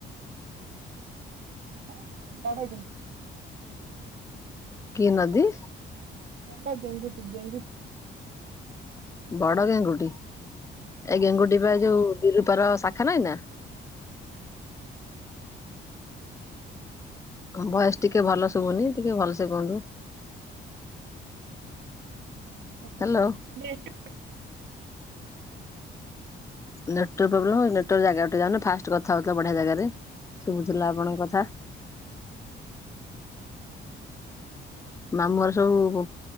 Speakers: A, on the right; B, on the left.
A: ହୁଁ କଣ ତ ବଡ ଗେହୀ
B: କି ନଦୀ?
A: ବଡ ଗେଁଙ୍ଗୁତି ଗେଙ୍ଗୁଟି
B: ବଡ ଗେଙ୍ଗୁଟି ଏଇ
A: ହଁ
B: ଗେଙ୍ଗୁଟି ବା ଏ ଯୋଉ ବିରୁୂତର ଶାଖା ନାହିଁ ନା
A: ହଁ
B: ତମ ଭଏସ ଟିକେ ଭଲ ଶୁଭୁନି ଟିକେ ଭଲସେ କୁହନ୍ତୁ।
A: <inaudible>
B: ହ୍ୟାଲୋ
A: କଣ
B: ନେଟୱର୍କ ପ୍ରୋବଲମ ହଉ ନେଟୱର୍କ ଜାଗାକୁ ଯାଉନ ଫାଷ୍ଟ କଥା ହଉଥିଲା ବଢିଆ ଜାଗାରେ ଶୁଭୁଥିଲା ଆପଣଙ୍କ କଥା
A: ବି
B: ମାମୁଁଘର ସବୁ